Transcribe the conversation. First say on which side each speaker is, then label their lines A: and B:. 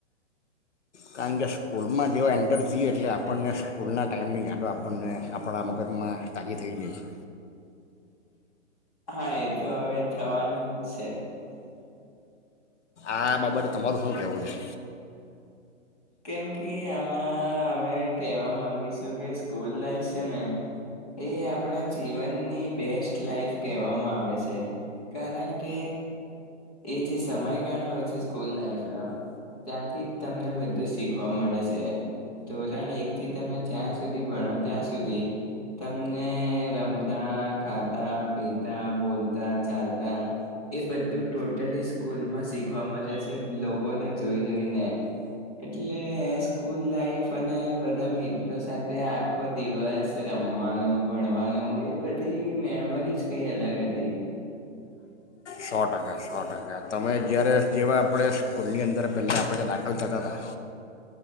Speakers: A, on the left; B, on the left.
A: કારણ કે સ્કૂલમાં જેવો એન્ટર થએ એટલે આપણને સ્કૂલના ટાઈમની યાદો આપણને આપણા મગજમાં તાજી થઈ જાય છે.
B: હા એ તો હવે થવાની. છે.
A: આ બાબતે તમારું શું કેવું છે
B: કેમ કે આમાં અમે કહેવા માંગીશું કે સ્કૂલ લાઈફ છે ને એ આપણા જીવનની બેસ્ટ લાઈફ કહેવામાં આવે છે કારણ કે એ જે સમયગાળો હોય છે સ્કૂલ લાઈફનો ત્યાંથી તમને બ શીખવા મળે છે ધોરણ એક થી તમે જ્યાં સુધી ભણો ત્યાં સુધી તમને રમતા ખાતા પીતા બોલતા ચાલતા એ બધું ટોટલી સ્કૂલમાં શીખવા મળે છે લોકોને જોઈ જોઈને. એટલે સ્કૂલ લાઈફ અને બધા મિત્રો સાથે આખો દિવસ રમવાનું ભણવાનું એ બધી મેમરીઝ કઈ અલગ હતી.
A: સૌ ટકા સૌ ટકા તમે જયારે જેવા આપણે સ્કૂલની અંદર જ્યારે આપડે દાખલ કરતાં હતા.